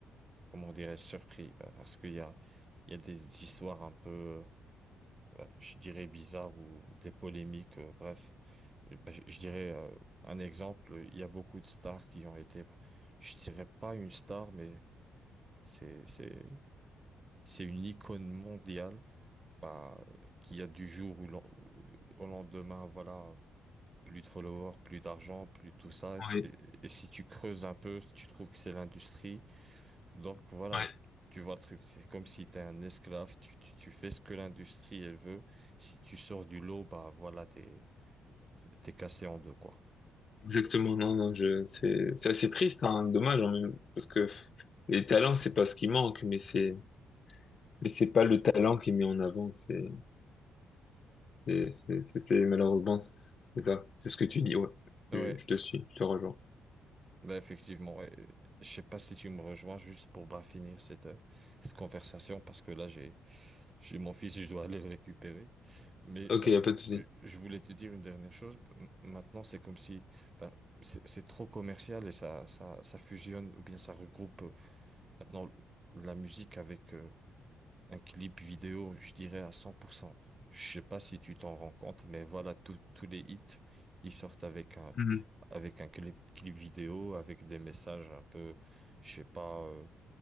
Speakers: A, on the right (about 25°); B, on the left (about 45°).
A: comment dirais-je, surpris, bah, parce qu'il y a, il y a des histoires un peu, euh, bah, je dirais bizarres ou des polémiques, euh, bref. Eh ben, je, je dirais euh, un exemple, il y a beaucoup de stars qui ont été, bah, je dirais pas une star, mais c'est c'est c'est une icône mondiale bah, qui a du jour au, len- au lendemain, voilà, plus de followers, plus d'argent, plus tout ça.
B: ouais,
A: Et, et- et si tu creuses un peu, tu trouves que c'est l'industrie. Donc voilà,
B: ouais,
A: je- tu vois le truc, c'est comme si tu es un esclave, tu, tu, tu fais ce que l'industrie elle veut. Si tu sors du lot, bah voilà, t'es t'es cassé en deux, quoi.
B: exactement. Non, non, je, c'est, c'est assez triste, hein, dommage, en même, parce que les talents, c'est pas ce qui manque, mais c'est, mais c'est pas le talent qui est mis en avant. C'est, c'est, c'est, c'est- c'est- malheureusement, c'est ça. C'est ce que tu dis, ouais.
A: Ouais.
B: Je, je te suis, je te rejoins.
A: Ben effectivement, ouais. Je sais pas si tu me rejoins juste pour bah, finir cette, euh, cette conversation parce que là j'ai j'ai mon fils je dois aller le récupérer. Mais
B: Ok,
A: bah,
B: y a pas de souci.
A: euh, je voulais te dire une dernière chose. M- Maintenant c'est comme si bah, c'est c'est trop commercial et ça ça ça fusionne ou bien ça regroupe euh, maintenant la musique avec euh, un clip vidéo, je dirais à 100%. Je sais pas si tu t'en rends compte, mais voilà, tous tous les hits, ils sortent avec un,
B: Mhm.
A: avec un clip, clip vidéo, avec des messages un peu, je sais pas, euh,